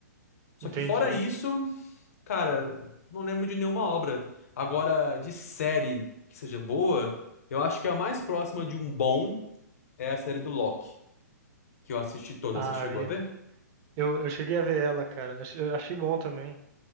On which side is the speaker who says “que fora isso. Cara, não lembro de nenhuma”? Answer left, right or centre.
Left